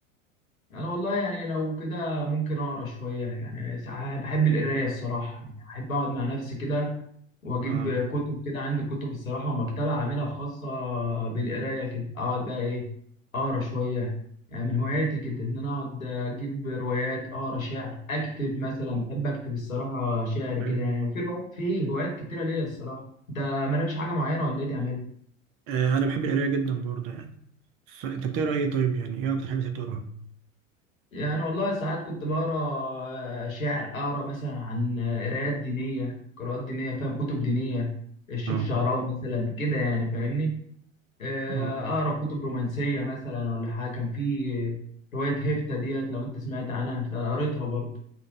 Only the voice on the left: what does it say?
انا والله يعني لو كده ممكن اقرا شويه يعني ساعات بحب القرايه الصراحه يعني احب اقعد مع نفسي كده واجيب
كتب كده عندي كتب الصراحه ومكتبه عاملها خاصه بالقرايه كده اقعد بقى ايه اقرا شويه يعني من هواياتي كده ان انا اقعد اجيب روايات اقرا شعر اكتب مثلا بحب اكتب الصراحه شعر
كده يعني وفي روايات في هوايات كتيره ليا الصراحه انت مالكش حاجه معينه ولا ايه تعمل
يعني والله ساعات كنت بقرا آه، شعر اقرا مثلا عن آه، قرايات دينيه قراءات دينيه فاهم كتب دينيه الشيخ
الشعراوي مثلا كده يعني فاهمني آه،
اقرا كتب رومانسيه مثلا ولا حاجه كان في روايه هيفتا ديت لو انت سمعت عنها فقريتها برضه